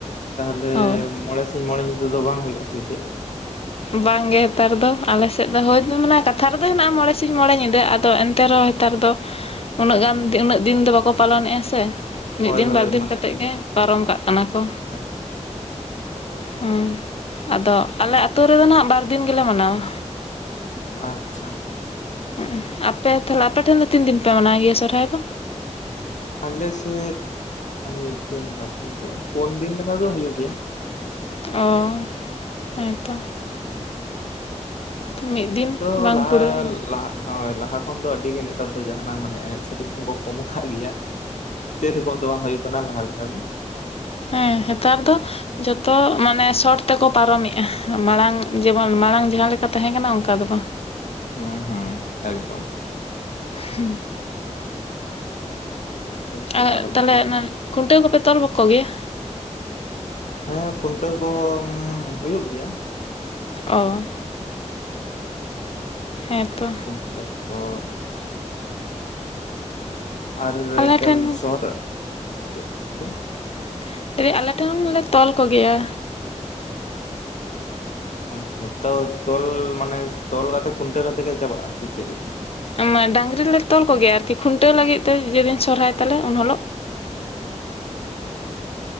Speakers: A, on the left; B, on the left.
A: ᱛᱟᱦᱞᱮ
B: ᱦᱳᱭ
A: ᱢᱚᱬᱮ ᱥᱤᱧ ᱢᱚᱬᱮ ᱧᱤᱫᱟ ᱫᱚ ᱵᱟᱝ ᱦᱩᱭᱩᱜ-ᱟ ᱥᱮ ᱪᱮᱫ
B: ᱵᱟᱝ ᱜᱮ ᱱᱮᱛᱟᱨ ᱫᱚ ᱟᱞᱮ ᱥᱮᱫ ᱫᱚ ᱦᱳᱭᱛ ᱢᱟᱱᱮ ᱠᱟᱛᱷᱟ ᱨᱮᱫᱚ ᱦᱮᱱᱟᱜᱼᱟ ᱢᱚᱬᱮ ᱥᱤᱧ ᱢᱚᱬᱮ ᱧᱤᱫᱟᱹ ᱟᱫᱚ ᱮᱱᱛᱮ ᱨᱮᱦᱚᱸ ᱱᱮᱛᱟᱨ ᱫᱚ ᱩᱱᱟᱹᱜ ᱜᱟᱱ ᱩᱱᱟᱹᱜ ᱫᱤᱱ ᱫᱚ ᱵᱟᱠᱚ ᱯᱟᱞᱚᱱᱮᱜᱼᱟ ᱥᱮ ᱢᱤᱫ
A: ᱦᱳᱭ
B: ᱫᱤᱱ
A: ᱦᱳᱭ
B: ᱵᱟᱨ ᱫᱤᱱ
A: ᱢᱟᱱᱮ
B: ᱠᱟᱛᱮᱜ
A: ᱮᱠᱫᱚᱢ
B: ᱜᱮ ᱯᱟᱨᱚᱢ ᱠᱟᱜ ᱠᱟᱱᱟ ᱠᱚ
A: ᱮᱠᱫᱚᱢ <inaudible>
B: ᱦᱮᱸ ᱟᱫᱚ ᱟᱞᱮ ᱟᱹᱛᱳ ᱨᱮᱫᱚ ᱱᱟᱦᱟᱜ ᱵᱟᱨ ᱫᱤᱱ ᱜᱮᱞᱮ ᱢᱟᱱᱟᱣᱟ᱾
A: ᱟᱪᱷᱟ
B: ᱦᱮᱸᱻ ᱟᱯᱮ ᱛᱷᱟᱞᱮ ᱟᱯᱮ ᱴᱷᱮᱱ ᱫᱚ ᱛᱤᱱ ᱫᱤᱱ ᱯᱮ ᱢᱟᱱᱟᱣ ᱜᱮᱭᱟ ᱥᱚᱨᱦᱟᱭ ᱫᱚ?
A: ᱟᱞᱮ ᱥᱮᱫ ᱢᱤᱫ ᱫᱤᱱ, ᱵᱟᱨ ᱫᱤᱱ, ᱯᱮ, ᱯᱩᱱ ᱫᱤᱱ ᱞᱮᱠᱟ ᱫᱚ ᱦᱩᱭᱩᱜ ᱜᱮᱭᱟ᱾
B: ᱳᱻ ᱦᱮᱸᱛᱚ ᱛᱚ ᱢᱤᱫ ᱫᱤᱱ
A: ᱟᱛᱻᱫᱚ
B: ᱵᱟᱝ
A: ᱞᱟᱦᱟ
B: ᱠᱩᱲᱟᱹᱜ
A: ᱞᱟᱦᱟᱜ ᱦᱳᱭ ᱞᱟᱦᱟ ᱠᱷᱚᱱ ᱫᱚ ᱟᱹᱰᱤ ᱜᱮ ᱱᱮᱛᱟᱨ ᱫᱚ ᱡᱟᱦᱟᱱᱟᱝ ᱢᱟᱱᱮ ᱮᱱᱮᱡ ᱥᱮᱸᱨᱮᱸᱧ ᱠᱚᱠᱚ ᱠᱚᱢᱚᱜ ᱠᱟᱱ ᱜᱮᱭᱟ᱾ ᱥᱮᱨᱚᱠᱚᱢ ᱫᱚ ᱵᱟᱝ ᱦᱩᱭᱩᱜ ᱠᱟᱱᱟ ᱞᱟᱦᱟ ᱞᱮᱠᱟ ᱫᱚ᱾
B: ᱦᱮᱸ ᱦᱮᱛᱟᱨ ᱫᱚ ᱡᱚᱛᱚ ᱢᱟᱱᱮ ᱥᱚᱴ ᱛᱮᱠᱚ ᱯᱟᱨᱚᱢᱮᱜᱼᱟ, ᱢᱟᱲᱟᱝ ᱡᱮᱢᱚᱱ ᱢᱟᱲᱟᱝ ᱡᱟᱦᱟᱸ ᱞᱮᱠᱟ ᱛᱟᱦᱮᱸ ᱠᱟᱱᱟ ᱚᱱᱠᱟ ᱫᱚ ᱵᱟᱝ᱾
A: ᱦᱩᱸ ᱦᱩᱸ ᱮᱠᱫᱚᱢ
B: ᱦᱮᱸ
A: ᱚᱱᱠᱟ ᱜᱮᱠᱚ
B: ᱟᱨ
A: ᱯᱟᱨᱚᱢ
B: ᱛᱟᱦᱚᱞᱮ
A: ᱤᱫᱤᱭᱮᱫᱟ
B: ᱚᱱᱮ ᱠᱷᱩᱱᱴᱟᱹᱣ ᱠᱩᱯᱮ ᱛᱚᱞ ᱠᱚ ᱜᱮᱭᱟ?
A: ᱦᱮᱸ ᱠᱷᱩᱱᱴᱟᱹᱣ ᱠᱚ ᱦᱢᱢ ᱦᱩᱭᱩᱜ ᱜᱮᱭᱟ᱾
B: ᱚ ᱦᱮᱸᱛᱚ
A: ᱠᱷᱩᱱᱴᱟᱹᱣ ᱠᱚ ᱟᱨ
B: ᱟᱞᱮ
A: ᱮᱠᱟᱞ
B: ᱴᱷᱮᱱ
A: ᱥᱚᱦᱚᱨ ᱪᱮ ᱪᱮᱫ
B: <unintelligible> ᱟᱞᱮ ᱴᱷᱮᱱ ᱦᱚᱸᱞᱮ ᱛᱚᱞ ᱠᱚ ᱜᱮᱭᱟ
A: ᱟᱪᱷᱟ ᱛᱚ ᱛᱚᱞ ᱢᱟᱱᱮ ᱛᱚᱞ ᱠᱟᱛᱮ ᱠᱷᱩᱱᱴᱟᱹᱣ ᱠᱟᱛᱮ ᱜᱮ ᱪᱟᱵᱟᱜᱼᱟ ᱥᱮ ᱪᱮᱫᱞᱮ ᱞᱮᱠᱟ?
B: ᱟᱝᱜᱟ ᱰᱟᱝᱨᱤ ᱞᱮ ᱛᱚᱞ ᱠᱚᱜᱮᱭᱟ ᱟᱨᱠᱤ ᱠᱷᱩᱱᱴᱟᱹᱣ ᱞᱟᱹᱜᱤᱫ ᱛᱮ ᱡᱮᱫᱤᱱ ᱥᱚᱨᱦᱟᱭ ᱛᱟᱞᱮ ᱩᱱᱦᱩᱞᱳᱜ
A: <inaudible>